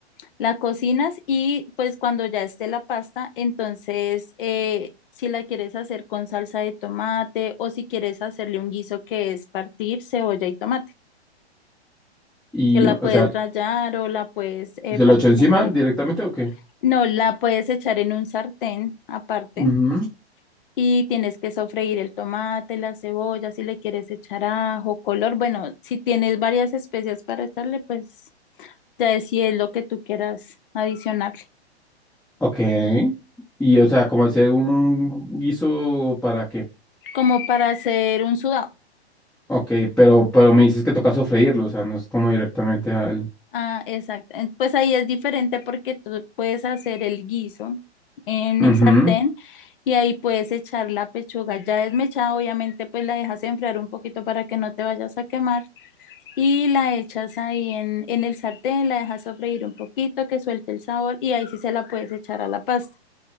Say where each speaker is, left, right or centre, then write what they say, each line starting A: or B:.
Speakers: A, on the left; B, in the centre.
A: La cocinas y pues cuando ya esté la pasta, entonces eh, si la quieres hacer con salsa de tomate o si quieres hacerle un guiso que es partir cebolla y tomate,
B: Y,
A: que la puedes
B: o sea,
A: rallar o la puedes eh,
B: ¿se
A: partir
B: lo echo encima
A: en cubitos.
B: directamente o qué?
A: No, la puedes echar en un sartén aparte
B: Ujú.
A: y tienes que sofreír el tomate, la cebolla, si le quieres echar ajo, color. Bueno, si tienes varias especias para echarle, pues ya es si es lo que tú quieras adicionarle.
B: Ok. Y, o sea, como hacer un guiso para qué.
A: Como para hacer un sudado.
B: Ok, pero, pero me dices que toca sofreírlo, o sea, no es como directamente al...
A: Ah, exacto. En- Pues ahí es diferente porque tú puedes hacer el guiso en
B: Ujú.
A: el sartén y ahí puedes echar la pechuga ya desmechada, obviamente pues la dejas enfriar un poquito para que no te vayas a quemar y la echas ahí en, en el sartén, la dejas sofreír un poquito que suelte el sabor y ahí sí se la puedes echar a la pasta.